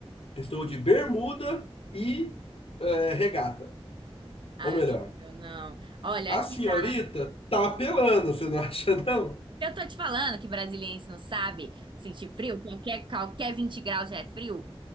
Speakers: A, on the left (about 70°); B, on the right (about 50°).
A: Estou de bermuda e eh, regata.
B: Amigo,
A: Ou melhor,
B: não. Olha,
A: a
B: aqui
A: senhorita
B: tá.
A: tá apelando, você não <laughs> acha, não?
B: Eu tô te falando que brasiliense não sabe sentir frio. Qualquer, qualquer 20 graus já é frio.